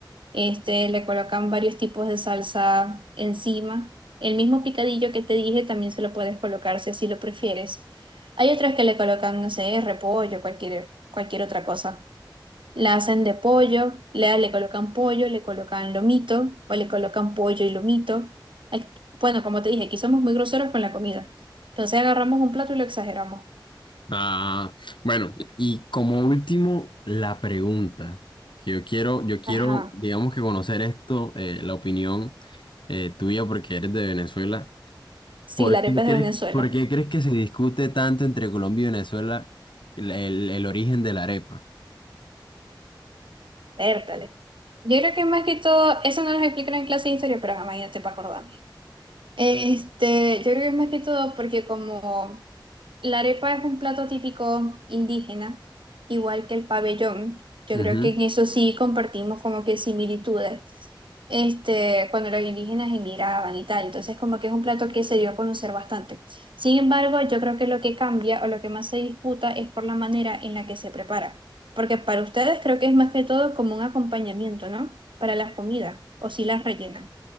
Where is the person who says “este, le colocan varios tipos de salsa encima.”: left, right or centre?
Right